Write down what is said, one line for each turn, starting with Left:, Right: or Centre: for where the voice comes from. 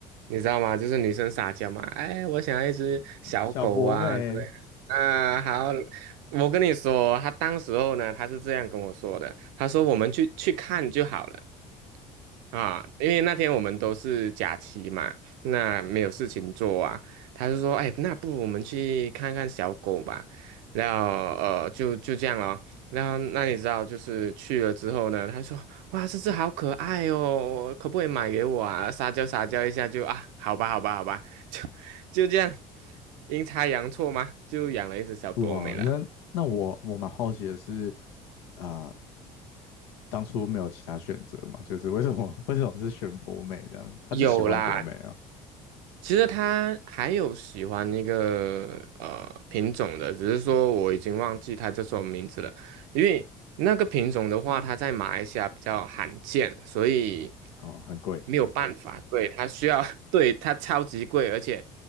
Right: 你知道吗？就是女生撒娇嘛，哎，我想要一只小狗啊之类的啊，
Left: 小博美，
Right: 好，我跟你说，他当时候呢，他是这样跟我说的，他说我们去去看就好了。啊，因为那天我们都是假期嘛，那没有事情做啊，他就说，哎，那不如我们去看看小狗吧，然后呃，就就这样咯。然后那你知道，就是去了之后呢，他说：“哇，这只好可爱哦，可不可以买给我啊？”撒娇撒娇一下就啊，好吧，好吧，好吧，<laughs> 就就这样，阴差阳错嘛，就养了一只小博美了。
Left: 哇，那那我我蛮好奇的是，啊、当初没有其他选择嘛？就是为什么为什么是选博美这样？他就喜欢博美哦，
Right: 有啦，其实他还有喜欢一个呃品种的，只是说我已经忘记他叫什么名字了。因为那个品种的话，它在马来西亚比较罕见，所以
Left: 哦，很贵，
Right: 没有办法。对，它需要，<laughs> 对，它超级贵，而且